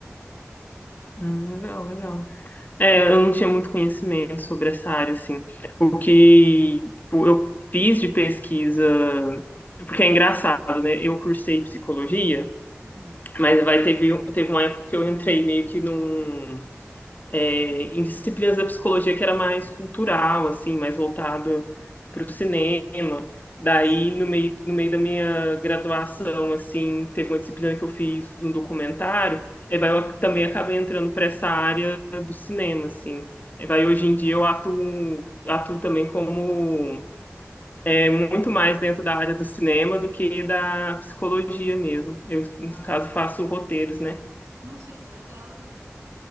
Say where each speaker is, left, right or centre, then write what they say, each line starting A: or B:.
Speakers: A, on the left; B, on the right.
A: Hum, legal, legal. É, eu não tinha muito conhecimento sobre essa área, assim. O que tipo, eu fiz de pesquisa, porque é engraçado, né? Eu cursei psicologia,
B: Uhum,
A: mas vai teve, um, teve uma época que eu entrei meio que num é, em disciplinas da psicologia que era mais cultural, assim, mais voltada para o cinema. Daí,
B: sim.
A: no meio, no meio da minha graduação, assim, teve uma disciplina que eu fiz um documentário, e vai,
B: Uhum.
A: eu também acabei entrando para essa área do cinema, assim. E vai, hoje em dia eu atuo, um, atuo também como muito mais dentro da área do cinema do que da psicologia mesmo. Eu, no caso, faço roteiros, né?
B: Nossa, que legal.